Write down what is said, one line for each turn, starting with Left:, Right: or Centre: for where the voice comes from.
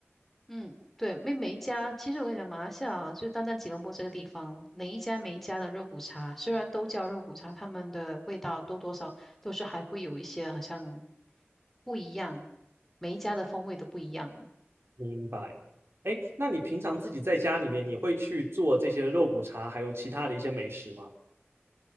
Centre: 嗯，对，每每一家，其实我跟你讲，马来西亚啊就单单吉隆坡这个地方，每一家每一家的肉骨茶，虽然都叫肉骨茶，他们的味道多多少都是还会有一些好像不一样，每一家的风味都不一样呢。
Right: 明白。哎，那你平常自己在家里面，你会去做这些肉骨茶，还有其他的一些美食吗？